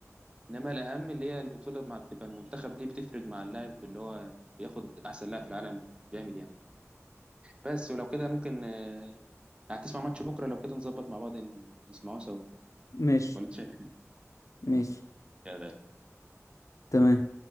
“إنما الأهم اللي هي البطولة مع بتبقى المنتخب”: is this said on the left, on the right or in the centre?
Right